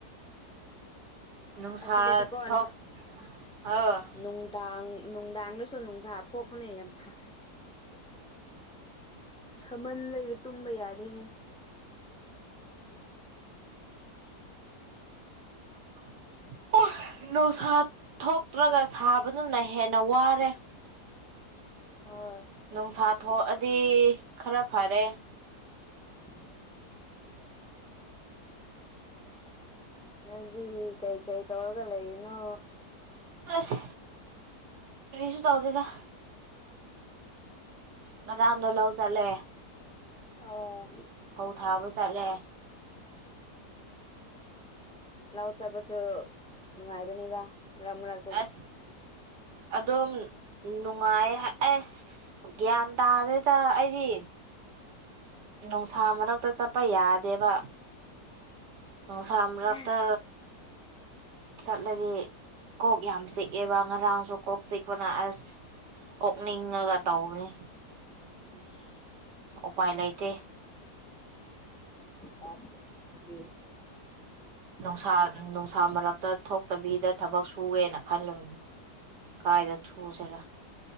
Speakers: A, on the right; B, in the centre.
A: ꯅꯨꯡꯁꯥ
B: ꯑꯁꯤꯗꯗꯤꯀꯣꯟ
A: ꯊꯣꯛ ꯑ
B: ꯅꯨꯡ ꯗꯥꯡ ꯅꯨꯡꯗꯥꯡꯗꯁꯨ ꯅꯨꯡꯗꯥꯥ ꯊꯣꯛꯄꯅꯦ ꯌꯥꯝ ꯁꯥꯏ ꯁꯃꯟꯕꯒꯤ ꯇꯨꯝꯕ ꯌꯥꯗꯦꯅꯦ
A: <inaudible> ꯅꯨꯡꯁꯥ ꯊꯣꯛꯇ꯭ꯔꯒ ꯁꯥꯕꯗꯨꯅ ꯍꯦꯟꯅ ꯋꯥꯔꯦ
B: ꯍꯣꯏ
A: ꯅꯨꯡꯁꯥ ꯊꯣꯛꯑꯗꯤ ꯈꯔ ꯐꯥꯔꯦ
B: ꯎꯝ ꯅꯣꯏꯗꯤ ꯀꯩ ꯀꯩ ꯇꯧꯔꯒ ꯂꯩꯔꯤꯅꯣ
A: ꯑꯁ ꯀꯔꯤꯁꯨ ꯇꯧꯗꯦꯗ
B: ꯎꯝ
A: ꯉꯔꯥꯡꯗꯣ ꯂꯧ ꯆꯠꯂꯦ
B: ꯑꯣ
A: ꯐꯧ ꯊꯥꯕ ꯆꯠꯂꯦ
B: ꯂꯧ ꯆꯠꯄꯁꯨ ꯅꯨꯡꯉꯥꯏꯕꯅꯤꯗ ꯃꯔꯛ ꯃꯔꯛ
A: ꯑꯁ ꯑꯗꯨꯝ ꯅꯨꯡꯉꯥꯏꯌꯦ ꯑꯁ ꯒꯤꯌꯥꯟ ꯇꯥꯗꯦꯗ ꯑꯩꯗꯤ ꯅꯨꯡꯁꯥ ꯃꯔꯛꯇ ꯆꯠꯄ ꯌꯥꯗꯦꯕ ꯅꯨꯡꯁꯥ ꯃꯔꯛꯇ
B: ꯑꯁ
A: ꯆꯠꯂꯗꯤ ꯀꯣꯛ ꯌꯥꯝ ꯆꯤꯛꯑꯦꯕ ꯉꯔꯥꯡꯁꯨ ꯀꯣꯛ ꯆꯤꯛꯄꯅ ꯑꯁ ꯑꯣꯛꯅꯤꯡꯉꯒ ꯇꯧꯕꯅꯤ
B: ꯍꯩꯁ
A: ꯎꯄꯥꯏ ꯂꯩꯇꯦ
B: ꯌꯥꯗ꯭ꯔꯦꯅꯦ ꯑꯗꯨꯗꯤ
A: ꯅꯨꯡꯁꯥ ꯅꯨꯡꯁꯥ ꯃꯔꯛꯇ ꯊꯣꯛꯇꯕꯤꯗ ꯊꯕꯛ ꯁꯨꯒꯦꯅ ꯈꯜꯒꯅꯨ ꯀꯥꯏꯗ ꯊꯨꯁꯤꯔ